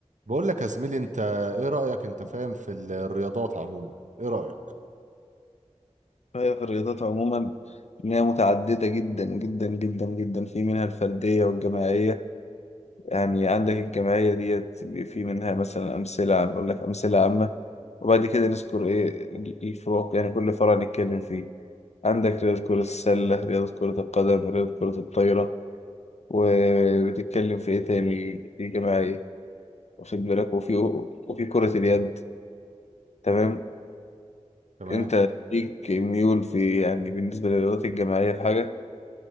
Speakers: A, on the right; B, on the left.
A: بقول لك يا زميلي انت ايه رأيك انت فاهم في الرياضات عموما ايه رأيك
B: هي في الرياضات عموما إن هي متعددة جدا جدا جدا جدا في منها الفردية والجماعية يعني عندك الجماعية ديت بي- في منها مثلا أمثلة عم- أقول لك أمثلة عامة وبعد كده نذكر إيه ال- الفروق يعني كل فرع نتكلم فيه عندك رياضة كرة السلة رياضة كرة القدم رياضة كرة الطايرة وبتتكلم في إيه تاني في جماعية واخد بالك وفي وفي كرة اليد تمام
A: تمام
B: أنت ليك ميول في يعني بالنسبة للرياضات الجماعية في حاجة